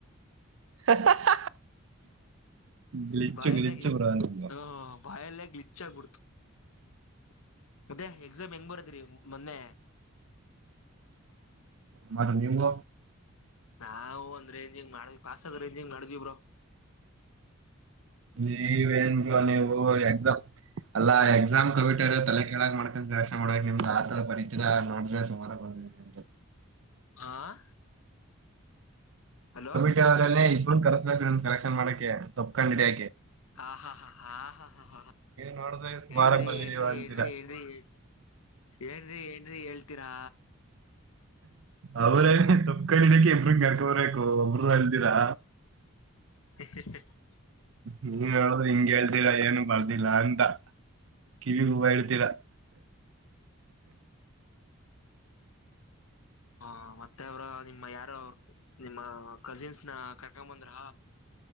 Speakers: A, on the right; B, on the left.
A: ಸತ್ತ ಗ್ಲಿಚ್ಚು
B: ಬಾಯಲ್ಲಯ್
A: ಗ್ಲಿಚ್ಚು ಬ್ರೋ ನಿಮ್ದು
B: ಹ ಬಾಯಲ್ಲಯಲಿಿಚ್ ಆಗ್ಬಿಡ್ತ ಅದೇ ಎಕ್ಸಾಮ್ ಹೆಂಗ್ ಬರದ್ರಿ ಮೊನ್ನೆ
A: ಮ ನೀವು
B: ನಾವವು ಒಂದ್ ರೇಂಜಿಂಗ್ ಮಾಡ್ವಿ ಪಾಸದ ರೇಂಜಿಂಗ್ ಮಾಡವಿವ್ರೋ
A: ನೀ ವನು ನೀದಮ ಅಲ್ಲಾ ಎಕ್ಸಾಮ್ ಕಂಪಿಟರ್ ತಲೆ ಕೇಳಾ ಮಾಡ್ಕೊಂಡ ಕಷ ಮಾಡಕ್ ನಿಮ್ದ್ ಆ ತರ ಪರಿತೀರಾ ನೋಡ್ರೆ ಹ
B: ಆಾಂ ಹಲೋ
A: ದ್ರೇ ಇಬ್ಬನ್ ಕರ್ಸ್ಬೇಕು ನ ಕಲೆಕ್ಷನ್ ಮಾಡಕೆ ತೊಕೊಂಡ್ ಹಡಿಯಾ
B: ಹಾ ಹಾ ಹಾ ಹಾ ಹಾ
A: ನೋಡಿದ್ರೆ ಸುಮಾರಾಗಿ
B: ಏನ್ರೀ
A: ಬಂದಿದೀವ
B: ಏನ್ರೀ
A: ಅಂತೀರಾ
B: ಏನ್ರೀ ಏನ್ರೀ ಏ ಏನ್ರೀ ಏನ್ರೀ ಹೇಳ್ತೀರಾ
A: ಅವ್ರೇನ ತಪ್ಪಕಡಕ ಇ್ರಂಗ ಕರ್ಕೋರ್ಬೇಕು ಒಮರು ಅಲ್ದಿರಾ
B: ಹ
A: ನೀ ಹೇಳದು ಹಿಂಗ ಹೇಳ್ತರ ಏನು ಬರ್ದಿಲ್ಲ ಅಂತ ಕಿವಿ ಹೂವ ಇಡ್ತೀರಾ
B: ಹ ಮತ್ತೆ ಅವ್ರ ನಿಮ್ಮ ಯಾರ ನಿಮ್ಮ ಕಜಿನ್ಸ್ ನ ಕರ್ಕೊಂಡ ಬಂದ್ರ